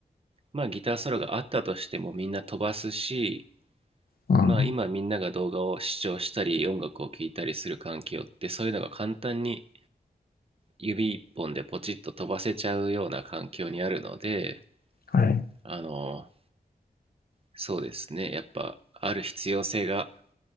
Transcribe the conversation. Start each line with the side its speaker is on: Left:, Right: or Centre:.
Right: まあギターソロがあったとしてもみんな飛ばすし、
Left: うん、
Right: まあ今みんなが動画を視聴したり音楽を聴いたりする環境ってそういうのが簡単に指一本でポチッと飛ばせちゃうような環境にあるので、
Left: はい、
Right: あの、そうですね、やっぱある必要性が